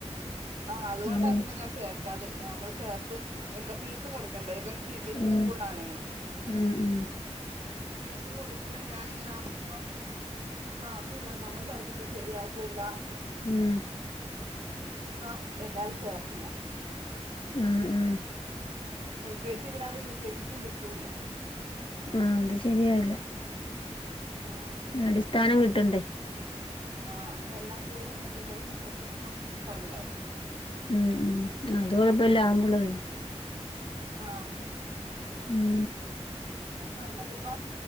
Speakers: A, on the right; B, on the left.
A: ആ അതു കൊണ്ടാ
B: ഉം
A: പിന്നെ ഞാൻ ചേർ ക്കാതിരുന്നത് നമ്മള് ചേർത്ത് എന്താ ഫീസും കൊടുക്കേണ്ടേ ഇവൻ സി ബി സി
B: ഉം
A: സ്കൂൾല് ആണേ
B: ഉം ഉം
A: അപ്പം ഫീസും കൊടുത്ത് ഞാനിങ്ങനെ അകുമ്പോ ക്ലാസുല്ല നമ്മൾ പഠിപ്പിച്ചാ ശരിയാവത്തുല്ല
B: ഉം
A: അപ്പൊ എന്താലും ചേർത്തില്ല
B: ഉം ഉം
A: എ ൽ കെ ജി വിടാതെ യുകെ ജിക്ക് വിട്ടുല്ല
B: ആ അത് ശരിയാവില്ല
A: ആ
B: അടിസ്ഥാനം കിട്ടണ്ടേ
A: ആ അങ്ങനെ എല്ലാം പോയി വന്നപ്പോഴത്തേക്കും ഒരു വർഷം പുറകിലായി
B: ഉം ഉം അത് കുഴപ്പമില്ല ആമ്പുള്ളൊ ഉം
A: ആഹ്
B: ഉം
A: നല്ലതിപ്പ